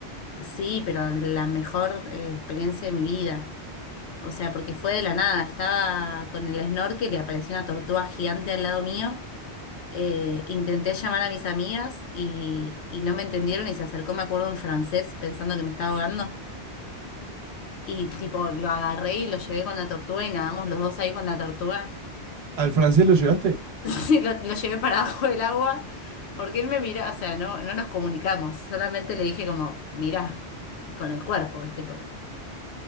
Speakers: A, on the left (about 75°); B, on the right (about 65°).
A: Sí, pero la mejor eh, experiencia de mi vida. O sea, porque fue de la nada. Estaba con el snorkel y apareció una tortuga gigante al lado mío. Eh, intenté llamar a mis amigas y, y no me entendieron y se acercó, me acuerdo, un francés pensando que me estaba ahogando. Y tipo, lo agarré y lo llevé con la tortuga y nadamos los dos ahí con la tortuga. <laughs>
B: ¿Al francés lo llevaste?
A: Sí, lo, lo llevé para abajo del agua porque él me mira, o sea, no, no nos comunicamos. Solamente le dije como, mirá, con el cuerpo, ¿viste? Porque